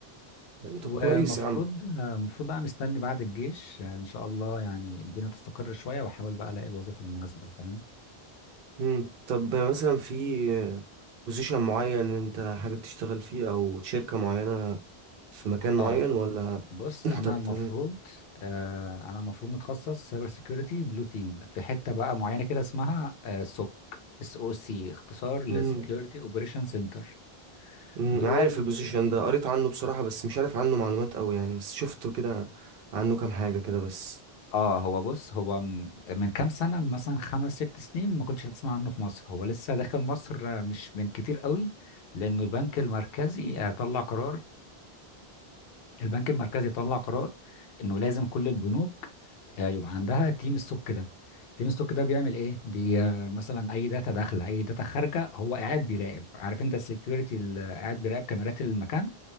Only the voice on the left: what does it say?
والمفروض
آه، المفروض بقى مستني بعد الجيش آه، إن شاء الله يعني الدنيا تستقر شوية وأحاول بقى ألاقي الوظيفة المناسبة فاهم
اه
بص
انا
المفروض آه انا المفروض متخصص سايبر سيكيورتي بلو تيم في حته بقى معينه كده اسمها آه سوك اس او سي اختصار لسكيورتي
اوبريشن سنتر
دول
اه هو بص هو م- من كام سنه مثلا خمس ست سنين ما كنتش هتسمع عنه في مصر هو لسه داخل مصر آه، مش من كتير قوي لانه البنك المركزي آه، طلع قرار البنك المركزي طلع قرار انه لازم كل البنوك آه، يبقى عندها تيم ستوك ده تيم ستوك ده بيعمل ايه بي آه، مثلا اي داتا داخله اي داتا خارجه هو قاعد بيراقب عارف انت السكيورتي اللي قاعد بيراقب كاميرات المكان